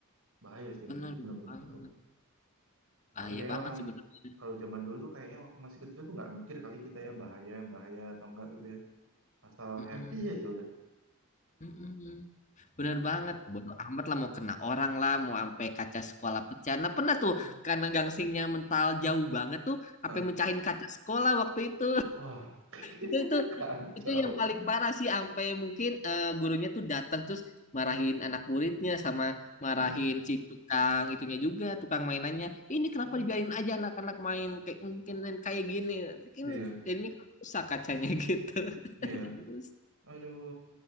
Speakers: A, on the right; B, on the left.
A: Bahaya sih
B: bener
A: menur- menurut menurutku
B: banget
A: tuh.
B: bahaya
A: Tapi kayaknya
B: banget
A: orang
B: sebenarnya
A: kalau zaman dulu tuh kayaknya waktu masih kecil tuh nggak mikir kali kita ya bahaya yang bahaya atau enggak gitu ya. Asal
B: Mm-mm.
A: happy aja udah.
B: Mm-mm. bener banget bodo amat lah mau kena orang lah mau sampai kaca sekolah pecah nah pernah
A: Eh,
B: tuh karena gangsingnya mental jauh banget tuh
A: Hah?
B: sampai mecahin kaca sekolah waktu itu
A: Wah,
B: itu itu
A: Kacau.
B: itu yang paling parah sih sampai mungkin eh, gurunya tuh datang terus marahin anak muridnya sama marahin
A: Hmm.
B: si tukang itunya juga tukang mainannya ini kenapa
A: Hmm.
B: dibiarin aja anak-anak main kayak mungkin main kayak gini ini
A: Iya,
B: jadinya rusak kacanya gitu <laughs>
A: iya.
B: jadi terus
A: Aduh,